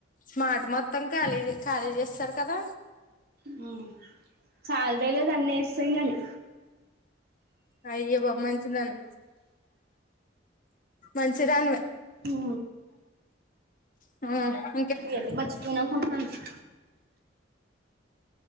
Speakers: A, on the left; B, on the right.
A: స్మార్ట్ మొత్తం ఖాళీ ఖాళీ చేస్తారు కదా
B: మవు <unintelligible> సాలరీలే తన్నే చెయ్యాలి
A: అయ్య బొమ్మంచి మంచి మంచిదా అన్వే
B: హు
A: ఆ
B: ఏంటి మర్చిపోయాను అనుకుంటున్నాను <inaudible>